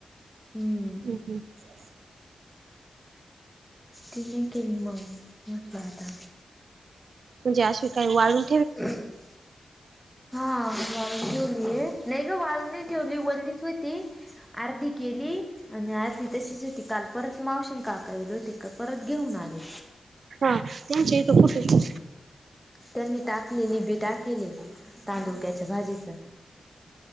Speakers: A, in the centre; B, on the right.
A: हम्म.
B: <unintelligible>
A: तिने केली मग म्हटलं आता.
B: म्हणजे आशी काय वाळू
A: <unintelligible> हा वाळवून ठेवलीये. नाही ग वाळवून नाही ठेवली, वल्लिच हो ती अर्धी केली. आणि आर्धी तशीच होती काल परत मावशीनं काका आयले होते का परत घेऊन आले.
B: हां त्यांच्या इथं कुठं?
A: त्यांनी टाकलेली बी टाकीले तांदूळक्याच्या भाजीच.